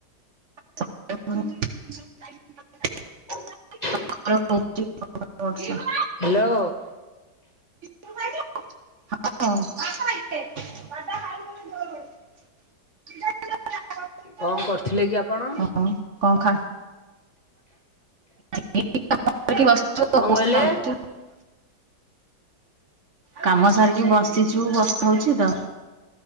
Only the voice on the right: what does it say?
<unintelligible>
<unintelligible>
<unintelligible> <unintelligible>
ହଁ କଣ ଖା <unintelligible>
କାମ ସାରିକି ବସିଛୁ ବର୍ଷା ହଉଛି ତ।